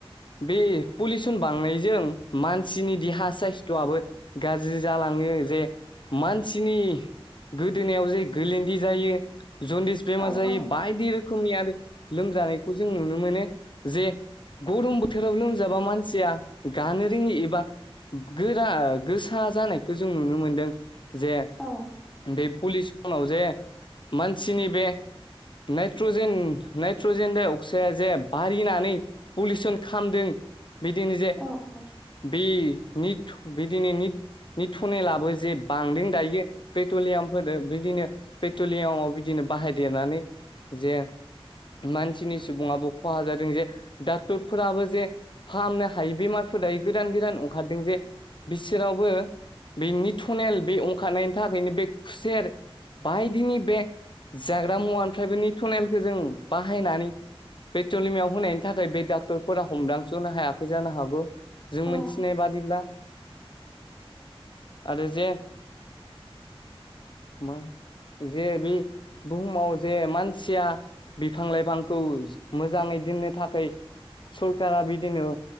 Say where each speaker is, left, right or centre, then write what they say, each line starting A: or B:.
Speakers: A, on the left; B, in the centre.
A: बे पलिउसन बांनायजों मानसिनि देहा साइस्थ'आबो गाज्रि जालाङो जे मानसिनि गोदोनायाव जे गोलन्दि जायो जन्दिस बेमार
B: औ
A: जायो
B: औ औ
A: बायदि रोखोम रोखोमनि आरो लोमजानायखौ जों नुनो मोनो जे गरम बोथोराव लोमजाबा मानसिया गानो जोंनि एबा गोरा गोसा जानायखौ जों नुनो मोनदों जे
B: औ
A: बे पलिउसनाव जे मानसिनि बे नाइट्रजेन नाइट्रजेन दाइ अक्साइड जे बारिनानै पलिउसन खालामदों बिदिनो जे
B: औ औ
A: बे निट बिदिनो निट नि टुनेलाबो जे बांदों दायो पेट्रलियामफोरजों बिदिनो पेट्रलियामाव बिदिनो बाहायदेरनानै जे मानसिनि सुबुङाबो खहा जादों जे डक्टरफोराबो जे फाहामनो हायि बेमारफोर दायो गोदान गोदान ओंखारदों जे बिसोरावबो बिनि थनेल बे ओंखारनायनि थाखायनो बे खुसेर बायदिनि बे जाग्रा मुवानिफ्राय बेनि टुनेलखौ जों बाहायनानै फेट्रलिमियाव होनायनि थाखाय बे डाक्टरफोरा हमदांस्रनो हायाखै जानो हागौ जों मोनथिनाय
B: औ
A: बादिब्ला आरो जे मा जे बे बुहुमाव जे मानसिया बिफां लाइफांखौ मोजाङै दोननो थाखाय सरखारा बिदिनो